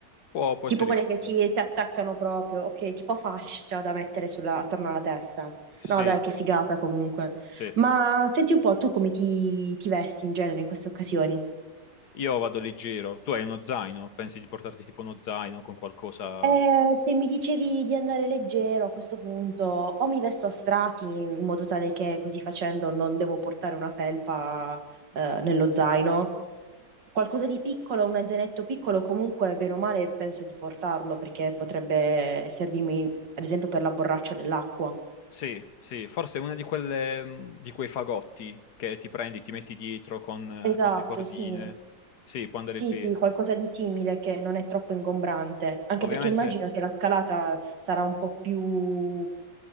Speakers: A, on the left; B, on the right.
A: può, può
B: Tipo
A: essere
B: quelle
A: utile.
B: che si, si attaccano proprio, ok, tipo fascia da mettere sulla- attorno alla testa.
A: Sì,
B: No, dai,
A: sì,
B: che figata comunque.
A: sì.
B: Ma senti un po', tu come ti, ti vesti in genere in queste occasioni?
A: Io vado leggero. Tu hai uno zaino? Pensi di portarti tipo uno zaino con qualcosa?
B: Eh, se mi dicevi di andare leggero a questo punto, o mi vesto a strati in modo tale che così facendo non devo portare una felpa eh, nello zaino, qualcosa di piccolo, un zainetto piccolo comunque, bene o male, penso di portarlo perché potrebbe servirmi, ad esempio, per la borraccia dell'acqua.
A: Sì, sì, forse è una di quelle, mh, di quei fagotti che ti prendi, ti metti dietro con, eh,
B: Esatto,
A: con le cordine.
B: sì.
A: Sì, può andare
B: Sì,
A: bene.
B: sì, qualcosa di simile che non è troppo ingombrante, anche
A: Ovviamente,
B: perché immagino che la scalata sarà un po' più